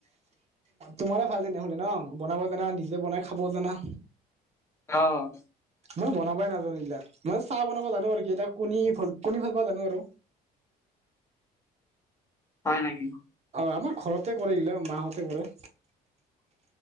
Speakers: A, on the right; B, on the left.
A: তোমাৰে ভাল তেনেহলে ন বনাব জানা নিজে বনাই খাব জানা।
B: অঁ!
A: মই বনাবাই নাজানো এইবিলাক মই চাহ বনাব জানো আৰু এটা কণী কণী ভালা জানো আৰু।
B: হয়ঁ নেকি?
A: অঁ আমাৰ ঘৰতে কৰে ইলা মাহঁতে কৰে।